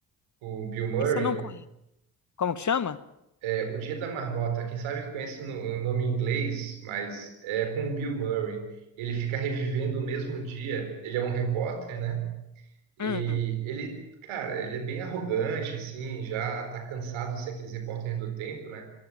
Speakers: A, on the right; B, on the left.
A: o Bill Murray.
B: Esse eu não conheço. Como que chama?
A: É, o Dia da Marmota, quem sabe conhece no- o nome em inglês, mas é com o Bill Murray. Ele fica revivendo o mesmo dia. Ele é um repórter, né? E
B: Hum,
A: ele, cara, ele é bem arrogante, assim, já tá cansado de ser aqueles repórter do tempo, né?